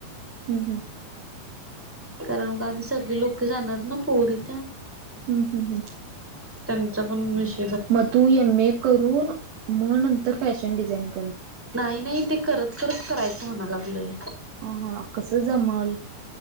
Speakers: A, on the right; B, in the centre.
A: हम् हम.
B: कारण का आम्ही सगळे लोक जाणार ना पोरी त्या.
A: हम् हम् हम.
B: त्यांचा पण विष
A: म तू एम ए करून मग नंतर फॅशन डिझाइनिंग
B: नाही नाही ते करत करत करायचं म्हणा लागलय
A: ह हा कसं जमल